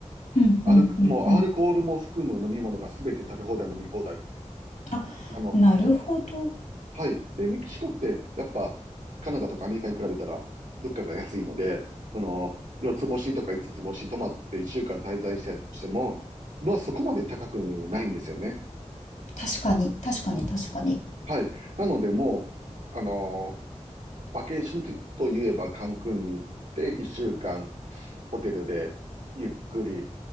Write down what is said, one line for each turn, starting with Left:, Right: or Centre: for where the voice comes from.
Left: うんうんうんうん。
Right: アル、もうアルコールも含む飲み物がすべて食べ放題、飲み放題。
Left: あ、
Right: あの、
Left: なるほど。
Right: はい。で、メキシコって、やっぱ、カナダとかアメリカに比べたら、物価が安いので、その、四つ星とか五つつ星泊まって一週間滞在したとしても、まあそこまで高くないんですよね。
Left: 確かに、確かに確かに。
Right: うん。はい。なのでもう、あのバケーションとと言えばカンクンに行って一週間ホテルでゆっくり、